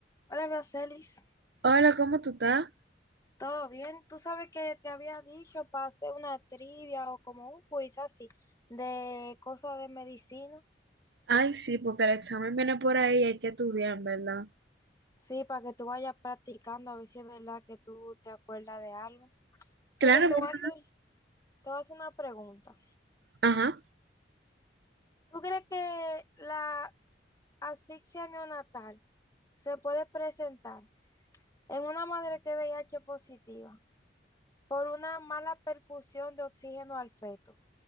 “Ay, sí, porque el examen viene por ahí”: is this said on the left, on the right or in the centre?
Right